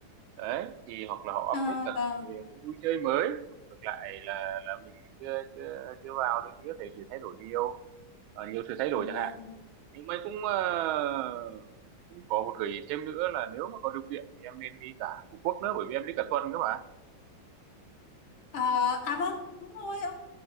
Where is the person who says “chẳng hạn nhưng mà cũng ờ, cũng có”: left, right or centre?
Right